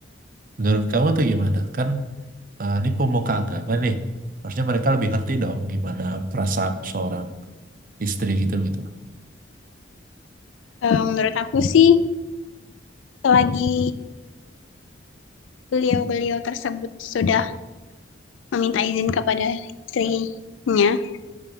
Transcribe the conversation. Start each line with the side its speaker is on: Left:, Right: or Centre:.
Right: Menurut kamu tuh gimana? Kan eh, ini pemuka agama nih, harusnya mereka lebih ngerti dong gimana perasaan seorang istri gitu gitu.
Left: Eee, menurut aku sih selagi beliau-beliau tersebut sudah meminta izin kepada istrinya,